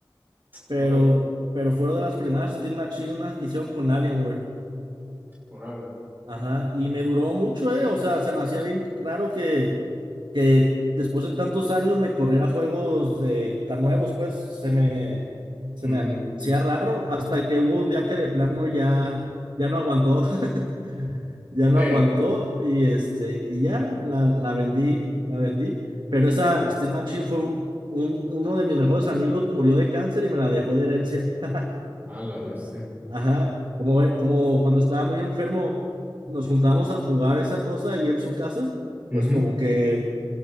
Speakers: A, on the right; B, on the right.
A: pero,
B: Órale,
A: pero fueron de las primeras Steam Machine, una adquisición con Alienware.
B: órale.
A: Ajá, y me duró mucho, ¿eh? O sea, se me hacía bien raro que, que después de tantos años me corriera juegos de, tan nuevos, pues se me, se
B: Ujú.
A: me hacía raro hasta que hubo un día que de plano ya, ya no aguantó, <laughs> ya no
B: Sí.
A: aguantó y, este, y ya
B: Mm,
A: la, la vendí, la vendí. Pero esa Steam Machine fue un, un- uno de mis mejores amigos, murió de cáncer y me la dejó de herencia. <laughs>
B: A la vez, sí.
A: Ajá, como, eh, como cuando estaba muy enfermo, nos juntábamos a jugar esa cosa ahí en su casa,
B: Ujú.
A: pues como que